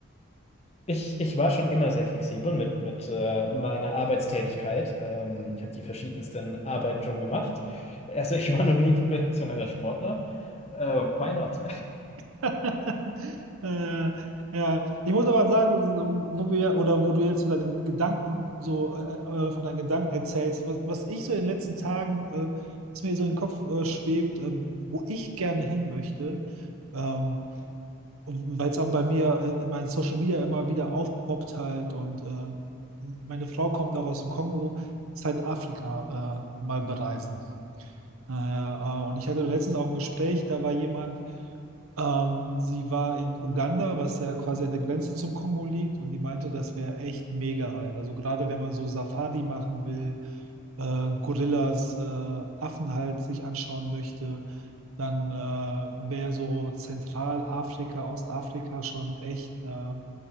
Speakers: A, on the left; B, on the right.
A: Ich, ich war schon immer sehr flexibel mit, mit äh, meiner Arbeitstätigkeit. Ähm, ich habe die verschiedensten Arbeiten schon gemacht. Also ich war noch nie professioneller Sportler. Äh, why not?
B: <laughs> Äh, ja, ich muss aber sagen, so, wo wir oder wo du jetzt so deine Gedanken so äh, äh, von deinen Gedanken erzählst, was, was ich so in den letzten Tagen, äh, was mir so in den Kopf äh, schwebt, ähm, wo ich gerne hin möchte. Ähm, weil es auch bei mir äh, in meinen Social Media immer wieder aufpoppt halt und äh, meine Frau kommt auch aus dem Kongo, ist halt Afrika äh, mal bereisen. Ah ja, äh, und ich hatte letztens auch ein Gespräch, da war jemand, ähm, sie war in Uganda, was ja quasi an der Grenze zum Kongo liegt, und die meinte, das wäre echt mega halt. Also gerade wenn man so Safari machen will, äh, Gorillas, äh, Affen halt sich anschauen möchte, dann äh, wäre so Zentralafrika, Ostafrika schon echt äh,